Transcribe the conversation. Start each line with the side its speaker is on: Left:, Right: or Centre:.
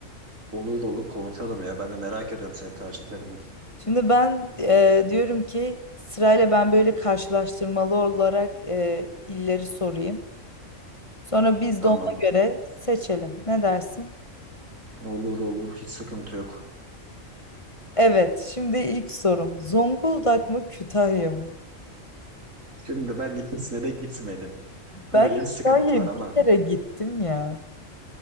Right: Olur olur konuşalım ya. Ben de merak ediyorum senin tercihlerini.
Left: Şimdi ben e, diyorum ki sırayla ben böyle karşılaştırmalı olarak e, illeri sorayım. Sonra biz
Right: Tamam.
Left: de ona göre seçelim. Ne dersin?
Right: Olur olur. Hiç sıkıntı yok.
Left: Evet, şimdi ilk sorum. Zonguldak mı Kütahya mı?
Right: Şimdi ben ikisine de gitmedim. Öyle
Left: Ben Kütahya'ya
Right: bir sıkıntı var ama
Left: bir kere gittim ya.